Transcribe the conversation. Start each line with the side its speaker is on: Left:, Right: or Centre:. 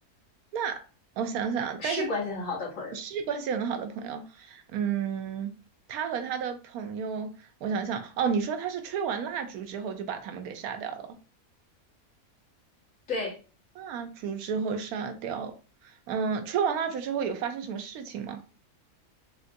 Right: 那我想想啊，
Left: 是关系很好的朋友。
Right: 但是不是关系很好的朋友，嗯，他和他的朋友，我想想，哦，你说他是吹完蜡烛之后就把他们给杀掉了，
Left: 对，
Right: 蜡烛之后杀掉，嗯，吹完蜡烛之后有发生什么事情吗？